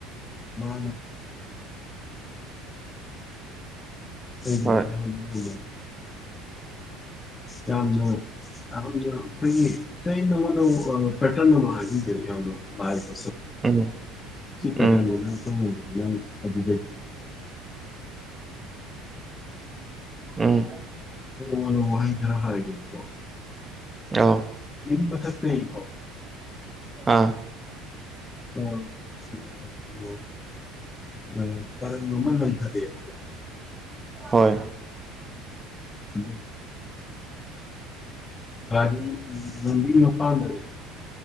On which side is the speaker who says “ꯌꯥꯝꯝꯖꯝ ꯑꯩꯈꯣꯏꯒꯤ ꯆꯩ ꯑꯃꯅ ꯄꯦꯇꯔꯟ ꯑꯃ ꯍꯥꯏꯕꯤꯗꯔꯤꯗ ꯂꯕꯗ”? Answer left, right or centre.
Left